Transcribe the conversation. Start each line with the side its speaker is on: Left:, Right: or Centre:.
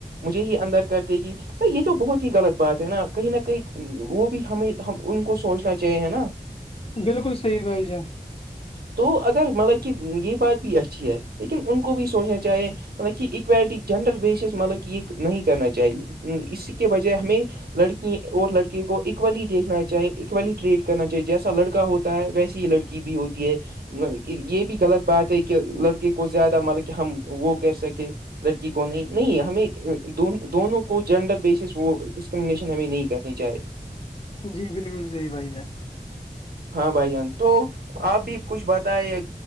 Right: مجھے ہی اندر کر دے گی تو یہ تو بہت ہی غلط بات ہے نا کہیں نہ کہیں وہ بھی ہمیں- ہم ان کو سوچنا چاہیے ہے نا-
Left: بالکل صحیح بھائی جا-
Right: تو اگر مطلب کہ یہ بات بھی اچھی ہے لیکن ان کو بھی سوچنا چاہیے- مطلب کہ اویلٹی جنڈر بیسس مطلب کہ یہ نہیں کرنا چاہیے اس کے بجائے ہمیں- لڑکی اور لڑکے کو اکولی دیکھ- نا چاہے اکولی ٹریٹ کرنا چاہیے جیسا لڑکا ہوتا ہے ویسی ہی لڑکی بھی ہوتی ہے- یہ بھی غلط بات ہے کہ لڑکے کو زیادہ مطلب کہ ہم وہ کر سکیں- لڑکی کو نہیں نہیں ہمیں دونوں کو جینڈر بیسس وہ- شن ابھی نہیں کرنی چاہے-
Left: جی بالکل جی بھائی جان-
Right: ہاں بھائی جان تو آپ بھی کچھ بتائے